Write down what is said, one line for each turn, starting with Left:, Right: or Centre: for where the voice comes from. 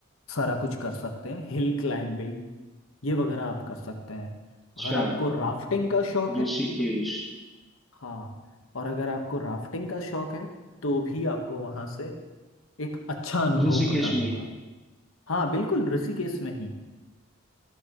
Left: सारा कुछ कर सकते हैं हिल क्लाइंबिंग ये वगैरह आप कर सकते हैं
Centre: अच्छा
Left: अगर आपको राफ्टिंग का शौक
Centre: ऋषिकेश
Left: है तो हाँ और अगर आपको राफ्टिंग का शौक है तो भी आपको वहाँ से एक अच्छा अनुभव
Centre: ऋषिकेश
Left: प्रदान
Centre: में
Left: होगा हाँ बिल्कुल ऋषिकेश में ही